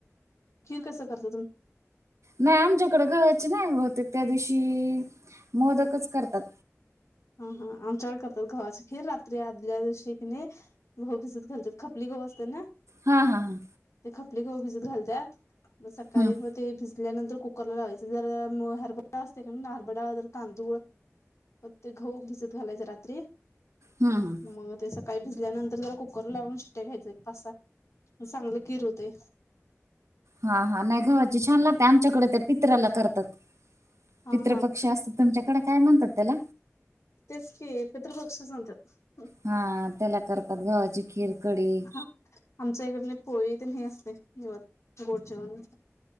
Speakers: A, on the left; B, on the right.
A: खीर कसं करता तुम्ही?
B: नाही आमच्याकडें घवाचे नाही होत त्या दिवशी मोदकच करतात.
A: हां हां आमच्याकडे करतात गव्हाची खीर. रात्री आदल्या दिवशी क नाय घव भिजत घालतात खपली घव असतात ना.
B: हां हां हां.
A: ते खपली गहू भिजत घालत्यात. मग सकाळी
B: हम्म
A: म ते भिजल्यानंतर कुकरला लावायचं. जरा म हरब डाळ असते का नाही श हरब डाळ, जरा तांदूळ मग ते गहू भिजत घालायचं रात्री.
B: हं हं.
A: मग ते सकाळी भिजल्यानंतर, जरा कुकर लावून शिट्ट्या घ्यायचं एक पाच सहा. मग चांगलं गीर होतंय.
B: हां हां नाही गव्हाची
A: हम्म.
B: छान लागते, आमच्याकडे त्या पित्रला करतात.
A: हा
B: पितृपक्षी
A: हा
B: असत तुमच्याकडे काय म्हणतात त्याला.
A: तेच की पितृपक्षच म्हणतात
B: हा त्याला करतात गव्हाची खीर, कडी.
A: हा आमच्या इकडने पोळीथ नाही असते निवद गोड जेवण.